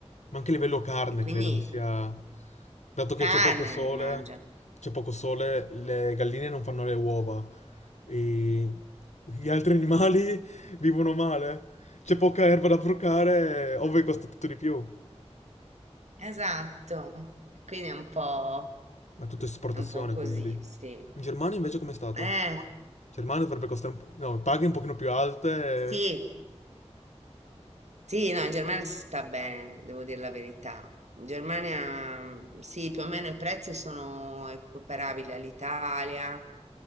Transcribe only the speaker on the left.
Ma anche a livello carne
credo che sia... Dato che
c'è poco sole,
c'è poco sole, le galline non fanno le uova. E gli altri animali <laughs> vivono male. C'è poca erba da procare, ovvio che costa tutto di più.
Ma è tutto esportazione,
quindi. In
Germania invece com'è stato?
In Germania dovrebbe costare un po'... No, paghe un pochino più alte,